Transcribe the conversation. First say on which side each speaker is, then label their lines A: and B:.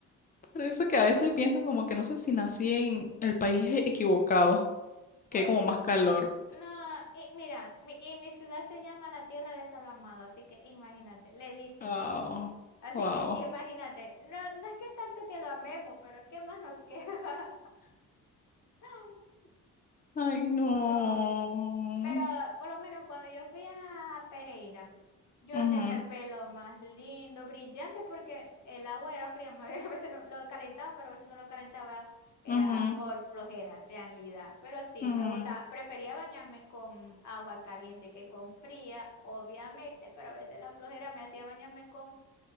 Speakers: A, on the left; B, on the left.
A: Por eso que a veces pienso como que no sé si nací en el país equivocado,
B: Puede.
A: que hay como más calor.
B: No, y mira, mi, y mi ciudad se llama la Tierra de Sol Amado, así que imagínate, le dicen.
A: Wow,
B: Así
A: wow.
B: que imagínate, no, no es que tanto que lo amemos, pero ¿qué más nos queda? <laughs>
A: Ay, no.
B: No, pero por lo menos cuando yo fui a Pereira, yo
A: Ujú,
B: tenía el pelo más lindo, brillante, porque el agua era fría, más bien, <laughs> a veces no- lo calentaba, pero a veces no lo calentaba, era
A: ujú,
B: por flojera, realidad. Pero sí,
A: ujú.
B: me gustaba, prefería bañarme con agua caliente que con fría, obviamente, pero a veces la flojera me hacía bañarme con